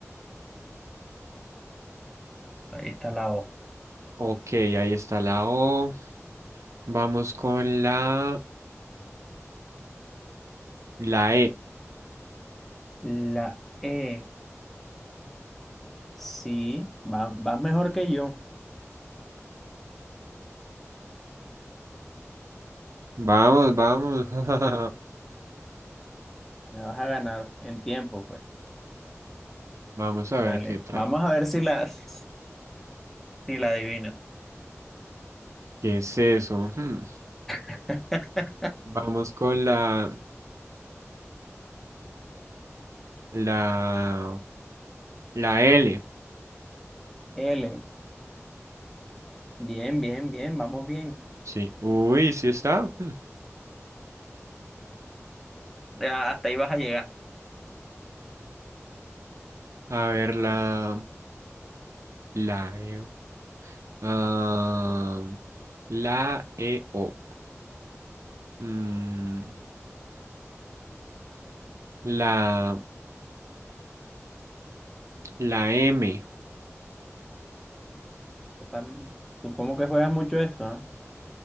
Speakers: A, in the centre; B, on the right.
A: Ahí está la O.
B: Ok, ahí está la O. Vamos con la, la E.
A: La E. Sí, va- vas mejor que yo.
B: Vamos, vamos. <laughs>
A: Me vas a ganar en tiempo, pues.
B: Vamos a
A: Dale.
B: ver qué tal.
A: Vamos a ver si la, <laughs> si la adivino.
B: ¿Qué es eso? Hmm.
A: <laughs>
B: Vamos con la, la, la L.
A: L. Bien, bien, bien, vamos bien.
B: Sí. Uy, sí está. Hmm.
A: Ya, hasta ahí vas a llegar.
B: A ver, la, la E. Ah, la E O. Mm, la, la M.
A: Están- Tú como que juegas mucho esto, ¿no?